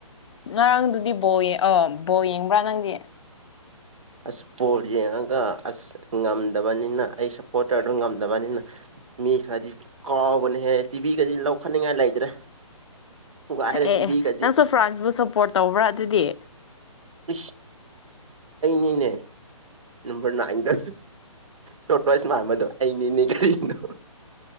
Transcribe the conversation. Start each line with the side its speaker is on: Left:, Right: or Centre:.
Left: ꯎ ꯉꯔꯥꯡꯗꯨꯗꯤ ꯕꯣ ꯑ ꯕꯣ ꯌꯦꯡꯕ꯭ꯔꯥ ꯅꯪꯗꯤ
Right: ꯑꯁ ꯄꯣꯔ ꯌꯦꯡꯉꯒ ꯑꯁ ꯉꯝꯗꯕꯅꯤꯅ ꯑꯩ ꯁꯞꯄꯣꯔꯇꯔꯗꯨ ꯉꯝꯗꯕꯅꯤꯅ ꯃꯤ ꯈꯔꯗꯤ ꯀꯥꯎꯕꯅꯦꯍꯦ ꯇꯤꯚꯤꯒꯗꯤ ꯂꯧꯈꯠꯅꯤꯡꯉꯥꯏ ꯂꯩꯇ꯭ꯔꯦ ꯊꯨꯒꯥꯏꯔꯦ ꯇꯤꯚꯤꯒꯗꯤ
Left: ꯑꯦ ꯑꯦ ꯅꯪꯁꯨ ꯐ꯭ꯔꯥꯟꯁꯕꯨ ꯁꯞꯄꯣꯔꯠ ꯇꯧꯕ꯭ꯔꯥ ꯑꯗꯨꯗꯤ
Right: ꯏꯁꯁ ꯑꯩꯅꯤꯅꯦ ꯅꯝꯕꯔ ꯅꯥꯏꯟꯗ ꯇꯣꯇꯁꯅꯥꯝꯕꯗꯣ ꯑꯩꯅꯦ ꯏꯅꯦ ꯀꯔꯤꯅꯣ